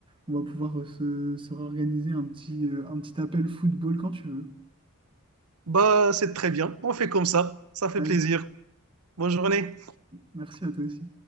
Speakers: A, on the right; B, on the right.
A: on va pouvoir euh, se, se réorganiser un petit, euh, un petit appel football quand tu veux.
B: Bah, c'est très bien. On fait comme ça. Ça fait
A: Allez,
B: plaisir. Bonne journée.
A: merci à toi aussi.